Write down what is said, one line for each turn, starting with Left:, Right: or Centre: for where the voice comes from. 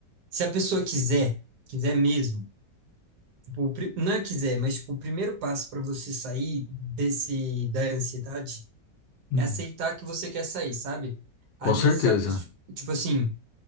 Right: se a pessoa quiser, quiser mesmo, tipo, o pri- não é quiser, mas tipo, o primeiro passo para você sair desse da ansiedade
Left: Hum.
Right: é aceitar que você quer sair, sabe?
Left: Com
Right: Às
Left: certeza.
Right: vezes a pessoa, tipo assim,